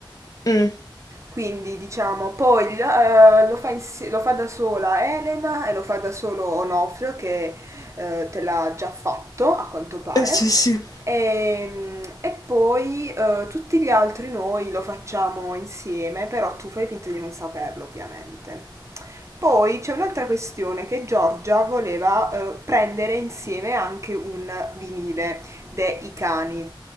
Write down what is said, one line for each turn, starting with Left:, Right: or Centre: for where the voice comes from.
Left: Mh,
Right: Quindi diciamo, poi eh, lo, fa insi- lo fa da sola Elena e lo fa da solo Onofrio che eh, te l'ha già fatto a quanto pare.
Left: eh sì sì.
Right: E, e poi eh, tutti gli altri noi lo facciamo insieme, però tu fai finta di non saperlo ovviamente. Poi c'è un'altra questione che Giorgia voleva eh, prendere insieme anche un vinile dei cani.